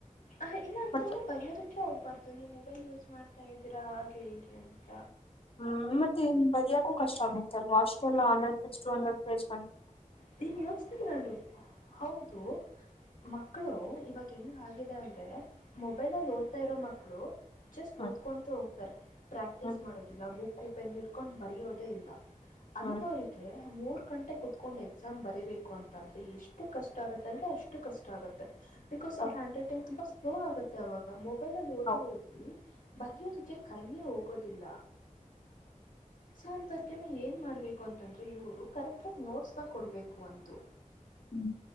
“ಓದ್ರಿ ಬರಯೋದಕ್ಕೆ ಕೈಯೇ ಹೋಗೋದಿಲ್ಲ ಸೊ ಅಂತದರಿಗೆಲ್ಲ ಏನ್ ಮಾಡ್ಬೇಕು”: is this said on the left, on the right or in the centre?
Left